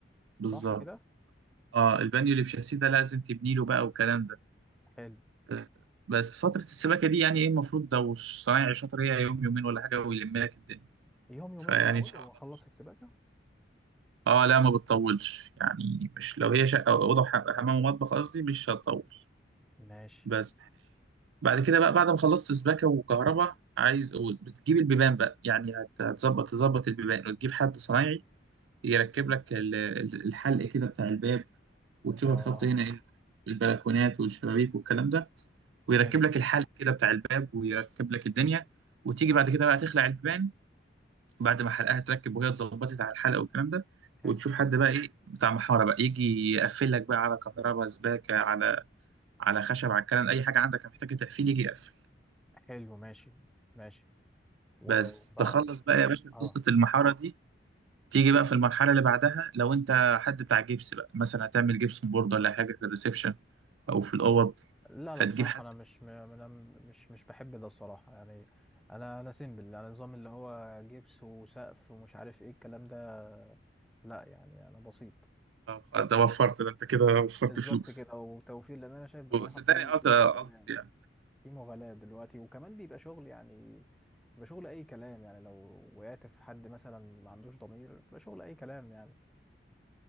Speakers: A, on the right; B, in the centre.
A: بالظبط
B: صح كده
A: اه البانيو اللي بشاسيه ده لازم تبني له بقى والكلام ده
B: حلو
A: آه، بس فترة السباكة دي يعني ايه المفروض لو الصنايعي شاطر هي يوم يومين ولا حاجة ويلم لك الدنيا
B: يوم يومين
A: فيعني
B: معقول
A: ان شاء
B: واخلص
A: الله
B: السباكة
A: اه لا ما بتطولش يعني مش لو هي شقه أو اوضه وح- حمام ومطبخ قصدي مش هتطول
B: ماشي
A: بس بعد كده بقى بعد ما خلصت سباكه وكهرباء عايز بتجيب البيبان بقى يعني هت- هتظبط تظبط البيبان وتجيب حد صنايعي يركب لك ال- ال- الحلق كده بتاع الباب وتشوف
B: اه
A: هتحط
B: اه
A: هنا ايه البلكونات والشبابيك والكلام ده ويركب
B: حلو
A: لك الحلق كده بتاع الباب ويركب لك الدنيا وتيجي بعد كده بقى تخلع البيبان بعد ما حلقها تركب وهي اتظبطت على الحلقه والكلام ده
B: حلو
A: وتشوف حد بقى ايه بتاع محاره بقى يجي يقفل لك بقى على كهرباء سباكه على على خشب على الكلام اي حاجه عندك محتاجه تقفيل يجي يقفل
B: حلو ماشي ماشي و-
A: بس
B: وبع...
A: تخلص بقى يا باشا
B: اه
A: قصه المحاره دي تيجي بقى في المرحله اللي بعدها لو انت حد بتاع جبس بقى مثلا هتعمل جبسون بورد ولا حاجه في الريسبشن او في الاوض
B: لا
A: فتجيب
B: لا بصراحة
A: حد
B: انا مش م- انا مش مش بحب ده الصراحة يعني انا انا سيمبل انا نظام اللي هو جبس وسقف ومش عارف ايه الكلام ده لا يعني انا بسيط
A: طب ده وفرت ده انت كده وفرت
B: بالظبط
A: فلوس
B: كده وتوفير لان انا شايف بصراحة
A: صدقني
B: في
A: اه
B: في
A: ده
B: مبالغة
A: ألطف يعني
B: في مغالاة دلوقتي وكمان بيبقى شغل يعني بيبقى شغل أي كلام يعني لو وقعت في حد مثلا ما عندوش ضمير بيبقى شغل أي كلام يعني